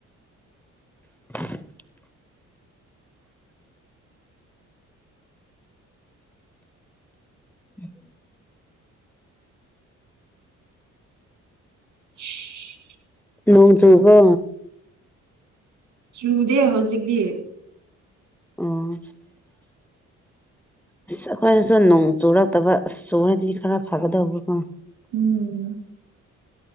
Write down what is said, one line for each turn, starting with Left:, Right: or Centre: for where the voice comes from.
Centre: <inaudible> ꯎꯝ
Right: <inaudible>
Centre: ꯂꯣꯡꯣꯡ ꯆꯣꯡꯀꯣ
Right: ꯆꯨꯗꯦ ꯍꯧꯖꯤꯛꯇꯤ
Centre: ꯑꯣ ꯑꯁ ꯑꯩꯈꯣꯏꯗꯁꯨ ꯅꯣꯡ ꯆꯨꯔꯛꯇꯕ ꯑꯁ ꯆꯨꯔꯗꯤ ꯈꯔ ꯐꯒꯗꯧꯕꯀꯣ
Right: ꯎꯝ